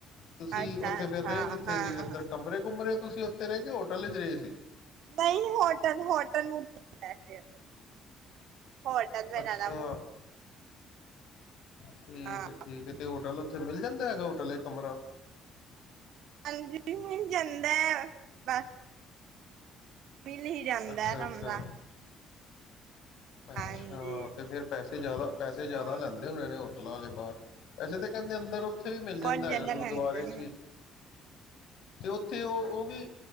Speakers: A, on the left (about 65°); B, on the right (about 70°).
A: ਤੁਸੀਂ
B: ਅੱਛਾ
A: ਉੱਥੇ
B: ਅੱਛਾ
A: ਫੇਿਰ ਰਹੇ ਕਿੱਥੇ
B: ਹਾਂ
A: ਸੀ ਅੰਦਰ ਕਮਰੇ ਕੁੰਮਰੇ ਤੁਸੀਂ ਉੱਥੇ ਰਹਿ ਕੇ ਹੋਟਲ ਵਿੱਚ ਰਹੇ ਸੀ।
B: ਨਹੀਂ ਹੋਟਨ ਹੋਟਨ ਮੁੈ <unintelligible> ਅੱਛਾ <unintelligible> ਹੋ ਵਟਾ ਬੈਨਾਂਲਾ
A: ਅੱਛਾ
B: ਮੁਕਤੀ <unintelligible>
A: ਠੀਕ
B: ਹਾਂ
A: ਹੈ ਠੀਕ ਹੈ ਤੇ ਹੋਟਲ ਤੇ ਮਿਲ ਜਾਂਦਾ ਹੈਗਾ ਹੋਟਲ ਤੇ ਕਮਰਾ
B: ਹਾਂਜੀ ਜਾਂਦਾ ਬਸ ਮਿਲ ਹੀ ਜਾਂਦਾ
A: ਅੱਛਾ
B: ਹੈ ਕਮਰਾ
A: ਅੱਛਾ ਅੱਛਾ
B: ਹਾਂਜੀ
A: ਤੇ ਫੇਰ ਪੈਸੇ ਜਿਆਦਾ ਪੈਸੇ
B: ਹੋਰ
A: ਜਿਆਦਾ ਲੈਂਦੇ ਹੋਣੇ ਨੇ ਉਹ ਲਾ ਲੇ ਬਾਹਰ ਵੈਸੇ ਤਾਂ ਕਹਿੰਦੇ ਅੰਦਰ ਉੱਥੇ ਵੀ ਮਿਲ ਜਾਂਦਾ
B: ਬਹੁਤ ਜ਼ਿਆਦਾ
A: ਹੈਗਾ ਗੁਰਦੁਆਰੇ
B: ਲੈਂਦੇ
A: ਚ
B: ਨੇ
A: ਵੀ ਤੇ ਉੱਥੇ ਉਹ ਉਹ ਵੀ